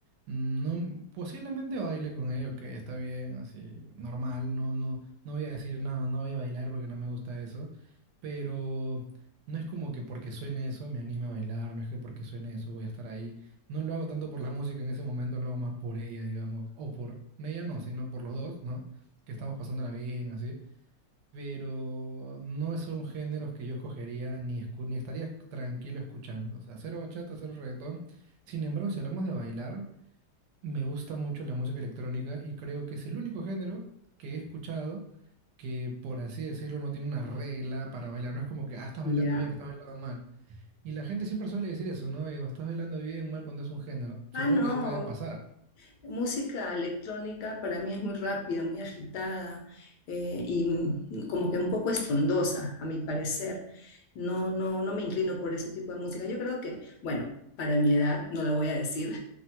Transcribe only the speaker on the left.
¿ya?
Ah, no,
música electrónica para mí es muy rápida, muy agitada eh, y mm, como que un poco estrondosa, a mi parecer. No, no, no me inclino por ese tipo de música. Yo creo que, bueno, para mi edad, no la voy a decir,